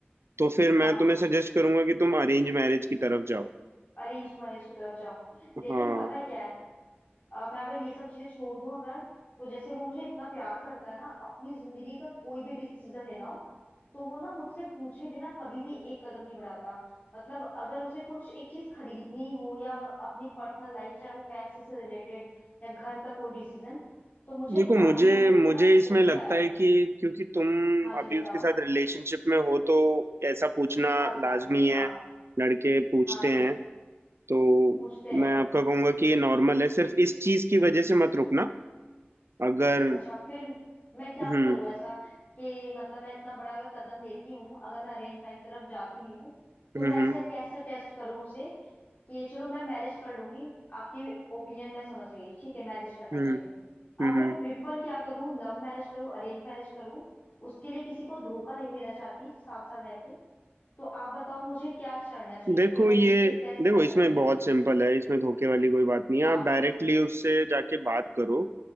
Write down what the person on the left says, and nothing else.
हाँ
अरेंज मैरिज की तरफ जाऊं लेकिन
पता है क्या है अ, मैं अगर ये सब चीजें छोड़ दूं अगर तो जैसे वो मुझे इतना प्यार करता है ना अपनी जिंदगी का कोई भी डिसीजन लेना हो तो वो ना मुझसे पूछे बिना कभी भी एक कदम नहीं बढ़ाता मतलब अगर उसे कुछ एक चीज खरीदनी हो या अपनी पर्सनल लाइफ चाहे वो पैसे से रिलेटेड या घर का कोई डिसीजन तो मुझे
एक फैमिली
मेंबर की
तरह
पूछता
है
हाँ जी
बताओ
सात
साल से
हाँ
हाँ जी
पूछते हैं
अच्छा फिर मैं क्या
करूँ ऐसा कि मतलब मैं इतना बड़ा अगर कदम लेती हूँ अगर मैं अरेंज मैरिज की तरफ जाती भी हूँ तो
मैं ऐसा
कैसे टेस्ट करूँ उसे कि चलो मैं मैरिज कर लूंगी आपकी ओपिनियन मैं समझ गई ठीक है मैरिज करना
चाहिए
अब मैं
प्रिफर क्या करूँ लव मैरिज करूँ अरेंज मैरिज करूँ उसके लिए किसी को धोखा नहीं देना चाहती सात साल रह के तो आप बताओ मुझे क्या करना चाहिए
कि मैं
जिससे टेस्ट
कर सकूँ
हाँ